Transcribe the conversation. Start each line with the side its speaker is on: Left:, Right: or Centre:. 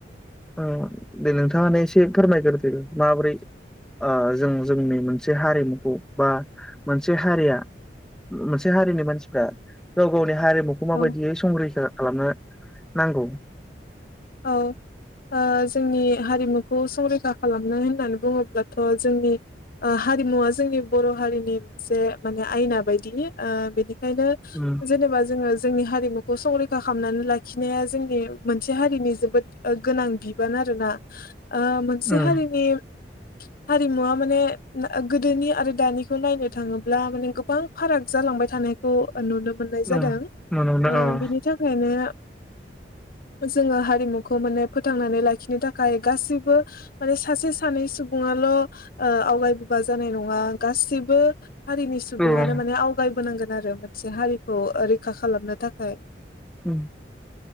Centre: ओ दे नोंथाङानो एसे फोरमायग्रोदो माब्रै ओ जों जोंनि मोनसे हारिमुखौ बा मोनसे हारिया मोनसे हारिनि मानसिफ्रा गाव गावनि हारि मुखौ माबायदियै
Left: औ
Centre: संरैखा खालामनो नांगौ।
Left: औ ओ जोंनि हारिमुखौ संरैखा खालामनाय होननानै बुङोब्लाथ जोंनि ओ हारिमुवा जोंनि बर' हारिनि मोनसे माने आयना बायदि। ओ बेनि खायनो
Centre: उम
Left: जेनेबा जोङो जोंनि हारि मुखौ संरैखा खामनानै लाखिनाया जोंनि मोनसे हा रिनि जोबोद ओ गोनां बिबान आरोना। ओ मोनसे
Centre: उम
Left: हारिनि हारिमुवा माने गोदोनि आरो दानिखौ नायनो थाङोब्ला माने गोबां फाराग जालांबाय थानायखौ नुनो मोननाय जादों।
Centre: उम मोनदां
Left: ओ
Centre: औ
Left: बिनि थाखायनो जोंङो हारिमुखौ माने फोथांनानै लाखिनो थाखाय गासिबो माने सासे सानै सुबुङाल' ओ आवगाय बोबा जानाय नङा गासि बो हारिनि सुबुङानो
Centre: औ
Left: माने आवगाय बोनांगोन आरो मोन से हारिखौ ओ रै खा खालामनो थाखाय।
Centre: उम